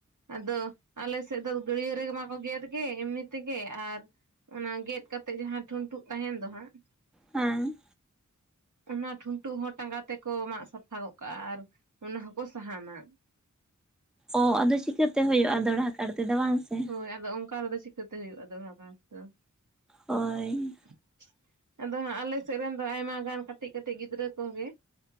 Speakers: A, on the right; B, in the centre.
A: ᱟᱫᱚ ᱟᱞᱮ ᱥᱮᱫ ᱫᱚ ᱜᱟᱹᱲᱭᱟᱹ ᱨᱮᱢᱟ ᱠᱚ ᱜᱮᱫ ᱜᱮ ᱮᱢᱱᱤ ᱛᱮᱜᱮ ᱟᱨ ᱚᱱᱟ ᱜᱮᱫ ᱠᱟᱛᱮᱜ ᱡᱟᱦᱟᱸ ᱴᱷᱩᱱᱴᱩᱜ ᱛᱟᱦᱮᱱ ᱫᱚ ᱦᱟᱸᱜ
B: ᱦᱟᱸᱻ
A: ᱚᱱᱟ ᱴᱷᱩᱱᱴᱩᱜ ᱦᱚᱸ ᱴᱟᱸᱜᱟ ᱛᱮᱠᱚ ᱢᱟᱜ ᱥᱟᱯᱷᱟ ᱜᱚᱜ ᱠᱟᱜᱼᱟ ᱟᱨ ᱚᱱᱟ ᱦᱚᱸᱠᱚ ᱥᱟᱦᱟᱱᱟ ᱾
B: ᱚ ᱟᱫᱚ ᱪᱤᱠᱟᱹᱛᱮ ᱦᱩᱭᱩᱜᱼᱟ ᱫᱚᱦᱲᱟ ᱠᱟᱲ ᱛᱮᱫᱚ ᱵᱟᱝ ᱥᱮ ᱾
A: ᱦᱚᱭ ᱟᱫᱚ ᱚᱱᱠᱟ ᱨᱮᱫᱚ ᱪᱤᱠᱟᱹᱛᱮ ᱦᱩᱭᱩᱜᱼᱟ ᱫᱚᱲᱦᱟ ᱜᱟᱨ ᱫᱚ ᱾
B: ᱦᱚᱭ ᱾
A: <unintelligible> ᱟᱫᱚ ᱦᱟᱸᱜ ᱟᱞᱮ ᱥᱮᱫ ᱨᱮᱱ ᱫᱚ ᱟᱭᱢᱟ ᱜᱟᱱ ᱠᱟᱹᱴᱤᱡ ᱠᱟᱹᱴᱤᱡ ᱜᱤᱫᱽᱨᱟᱹ ᱠᱚ ᱜᱮ